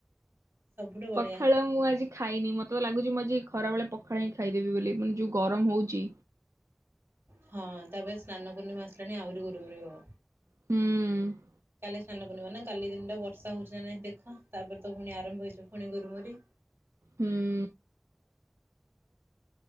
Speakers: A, on the right; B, on the right.
A: ସବୁଠୁ ବଢ଼ିଆ
B: ପଖାଳ ମୁଁ ଆଜି ଖାଇନି ମତେ ତ ଲାଗୁଚି ମୁଁ ଆଜି ଖରାବେଳେ ପଖାଳ ହିଁ ଖାଇଦେବି ବୋଲି। ମାନେ ଯୋଉ ଗରମ୍ ହଉଚି।
A: ହଁ ତାପରେ ସ୍ନାନ ପୂର୍ଣ୍ଣିମା ଆସିଲାଣି ଆହୁରି ଗୁର୍ ମୁରେଇବ।
B: ହୁଁ।
A: ଲି ସ୍ନାନ ପୂର୍ଣ୍ଣିମା ନା କାଲି ଦିନ୍ ଟା ବର୍ଷା ହଉଚି ନାଇ ଦେଖ ତାପରେ ତ ପୁଣି ଆରମ୍ଭ ହେଇଯିବ ପୁଣି ଗୁରୁମୁରି।
B: ହୁଁ।